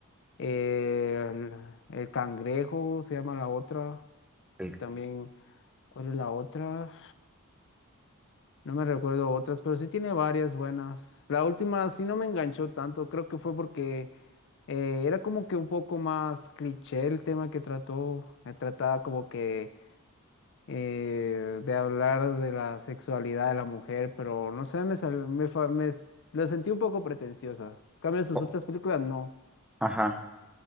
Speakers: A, on the left; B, in the centre.
A: eh, el, el Cangrejo, se llama la otra.
B: El
A: También, ¿cuál es la otra? No me recuerdo otras, pero sí tiene varias buenas. La última sí no me enganchó tanto, creo que fue porque eh, era como que un poco más cliché el tema que trató. eh, trataba como que eh, de hablar de la sexualidad de la mujer, pero no sé, me, sal- me, fa- me s- la sentí un poco pretenciosa. En cambio, sus
B: O-
A: otras películas no.
B: Ajá.